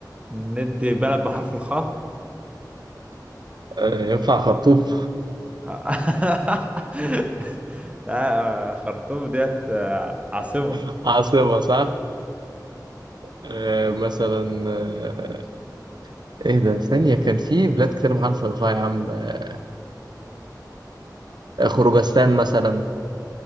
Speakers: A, on the right (about 15°); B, on the right (about 75°).
A: ندي بلد بحرف الخاء
B: آه، ينفع خرطوم
A: <laughs> لا خرطوم ديت آه، عاصمة
B: <laughs> عاصمة صح؟ آه، مثلا آه، ايه ده ثانية كان في بلاد كتير بحرف الغاء يا عم آه، خروجستان مثلا